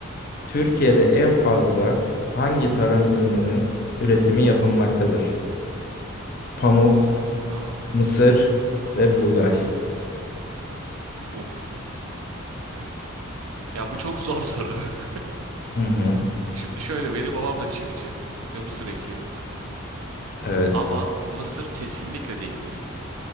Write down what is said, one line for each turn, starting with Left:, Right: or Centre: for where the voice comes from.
Left: Türkiye'de en fazla hangi tarım ürününün üretimi yapılmaktadır? Pamuk,
Right: Tamam.
Left: mısır
Right: Tamam.
Left: ve buğday.
Right: Uf. Evet. Ya bu çok zor soru. <laughs>
Left: Hı hı.
Right: Şimdi şöyle benim babam da çiftçi ve mısır ekiyor.
Left: Evet.
Right: Ama mısır kesinlikle değildir.